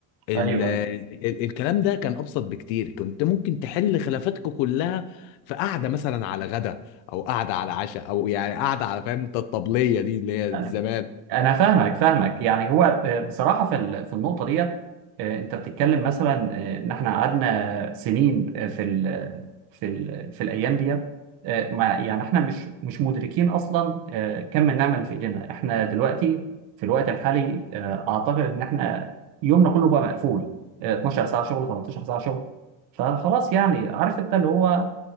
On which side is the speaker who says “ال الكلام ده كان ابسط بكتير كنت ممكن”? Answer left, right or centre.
Left